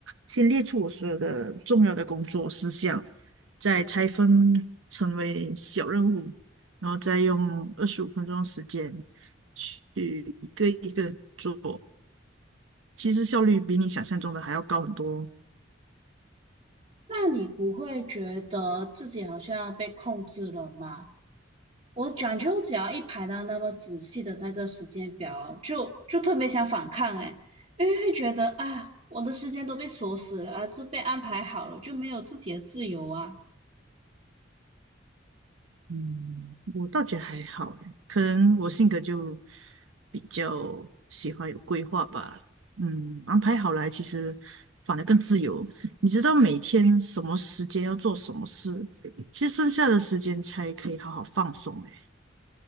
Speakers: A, on the right; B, on the right.
A: 先列出我所有的重要的工作事项，再拆分成为小任务，然后再用二十五分钟的时间去一个一个做。其实效率比你想象中的还要高很多哦。
B: 那你不会觉得自己好像被控制了吗？我感觉我只要一排到那么仔细的那个时间表，就就特别想反抗诶，因为会觉得啊，我的时间都被锁死了啊，就被安排好了，就没有自己的自由啊。
A: 嗯，我倒觉得还好欸可能我性格就比较喜欢有规划吧。嗯，安排好来，其实反而更自由。你知道每天什么时间要做什么事，其实剩下的时间才可以好好放松。诶，